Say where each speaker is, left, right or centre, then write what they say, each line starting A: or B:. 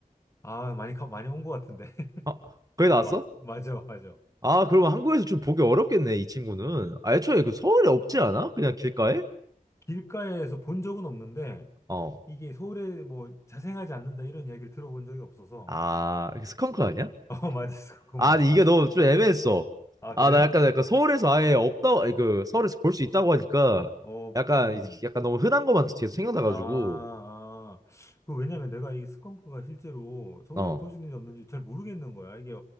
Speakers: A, on the left (about 20°); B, on the right (about 25°).
A: 아, 많이, 가- 많이 온 것 같은데. <laughs>
B: 아, 거기
A: 어,
B: 나왔어?
A: 마, 맞아, 맞아.
B: 아, 그러면 한국에서 좀 보기 어렵겠네, 이 친구는. 아, 애초에 그 서울에 없지 않아? 그냥 길가에?
A: 길가에서 본 적은 없는데,
B: 어.
A: 이게 서울에 뭐 자생하지 않는다 이런 이야기를 들어본 적이 없어서.
B: 아, 스컹크 아니야?
A: <laughs> 어, 맞았어. 그건
B: 아,
A: 맞아.
B: 근데 이게 너무 좀 애매했어.
A: 아,
B: 아,
A: 그래?
B: 나 약간, 약간 서울에서 아예 없다, 아니, 그, 서울에서 볼 수 있다고 하니까
A: 어,
B: 약간,
A: 음.
B: 약간 너무 흔한 것만 계속 생각나가지고,
A: 아, 아. 그 왜냐면 내가 이 스컹크가 실제로 서울에서
B: 어.
A: 볼 수 있는지 없는지 잘 모르겠는 거야. 이게